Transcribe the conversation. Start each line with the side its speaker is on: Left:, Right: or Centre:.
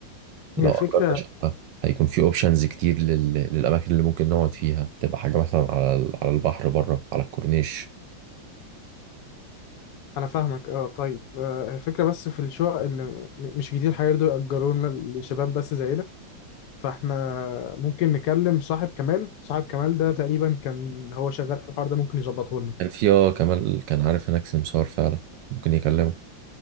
Right: لو
Left: هي الفكرة
Right: أجرنا شقة هيكون في أوبشنز كتير لل... للأماكن اللي ممكن نقعد فيها تبقى حاجة مثلا على ال- على البحر بره على الكورنيش
Left: أنا فاهمك أه طيب آه، الفكرة بس في الشقق إن م- مش كتير هيرضوا يأجرونا لشباب بس زينا فإحنا ممكن نكلم صاحب كمال صاحب كمال ده تقريبا كان هو شغال في الحوار ده ممكن يظبطه لنا
Right: كان في اه كمال كان عارف هناك سمسار فعلا ممكن يكلمه